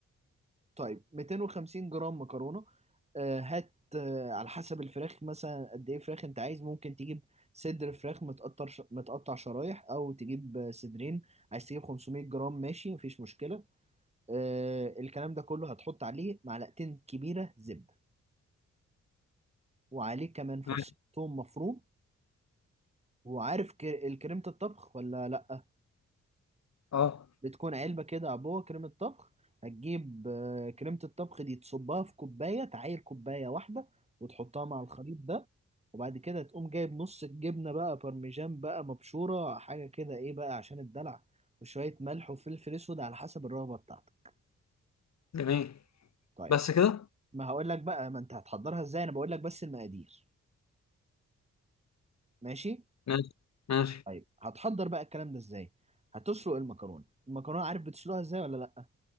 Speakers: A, on the right; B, on the left.
A: طيب 250 جرام مكرونة آه، هات آه، على حسب الفراخ مثلا قد ايه فراخ انت عايز ممكن تجيب صدر فراخ متقطع ش... متقطع شرايح او تجيب آه، صدرين عايز تجيب 500 جرام ماشي مفيش مشكلة آه، الكلام ده كله هتحط عليه معلقتين كبيرة زبدة وعليه كمان فص
B: ماشي.
A: ثوم مفروم وعارف كر... الكريمة الطبخ ولا لأ
B: اه
A: بتكون علبة كده عبوة كريمة طبخ هتجيب آه، كريمة الطبخ دي تصبها في كوباية تعاير كوباية واحدة وتحطها مع الخليط ده وبعد كده تقوم جايب نص الجبنة بقى بارميجان بقى مبشورة حاجة كده ايه بقى عشان الدلع وشوية ملح وفلفل اسود على حسب الرغبة بتاعتك
B: جميل
A: طيب
B: بس كده
A: ما هقول لك بقى ما انت هتحضرها ازاي انا بقول لك بس المقادير ماشي
B: ماشي ماشي
A: طيب هتحضر بقى الكلام ده ازاي هتسلق المكرونة المكرونة عارف بتسلقها ازاي ولا لا